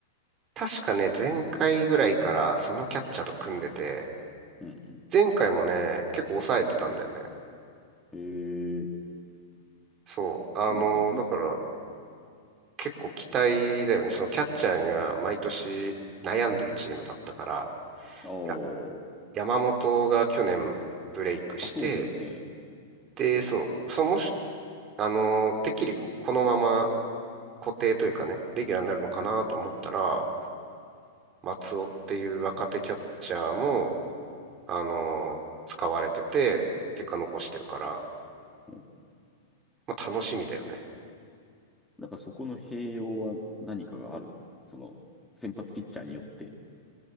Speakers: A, on the right (about 35°); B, in the centre.
A: 確かね、前回ぐらいからそのキャッチャーと組んでて、
B: うんうん
A: 前回もね、結構抑えてたんだよね。
B: ええ
A: そう。あのーだから
B: なんかたす、
A: 結構期待だよね。そのキャッチャーには毎年悩んでるチームだったから、
B: あー
A: や、山本が去年ブレイクして、
B: あ、そうだよね。
A: で、そう、そうもし、あのーてっきりこのまま固定というかね、レギュラーになるのかなと思ったら、
B: うん。
A: 松尾っていう若手キャッチャーも、あのー使われてて、結果残してるから、
B: うん
A: まあ楽しみだよね。
B: なんかそこの併用は何かがあるのその、先発ピッチャーによって。